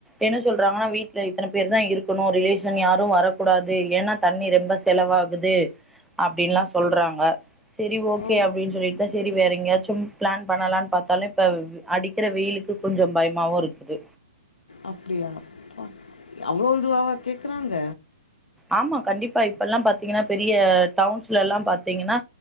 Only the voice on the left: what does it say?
ஓ
அப்படியாப்ப அவ்வளோ இதுவாவா கேக்குறாங்க